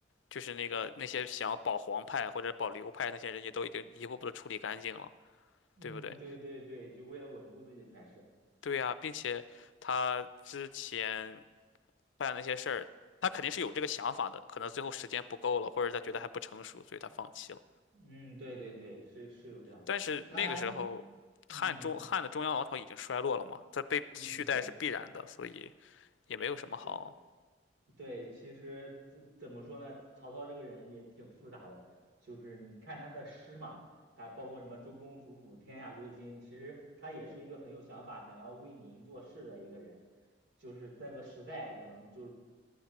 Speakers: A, on the left; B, on the right.
A: 就是那个那些想要保皇派或者保刘派那些人也都已经一步步的处理干净了，
B: 嗯，
A: 对不对？
B: 对对对，就为了稳固自己的权势。
A: 对呀，并且他之前办那些事儿，他肯定是有这个想法的，可能最后时间不够了，或者他觉得还不成熟，所以他放弃了。
B: 嗯，对对对，是是有这样，
A: 但是那个时候，
B: 当然，嗯
A: 汉中汉的中央王朝已经衰落了嘛，他被取代是必然的，
B: 嗯，对，
A: 所以也没有什么好。
B: 所以对，其实怎怎么说呢？曹操这个人也挺复杂的，就是你看他的诗嘛，他包括什么“周公吐哺，天下归心”，其实他也是一个很有想法、想要为民做事的一个人，就是那个时代可能就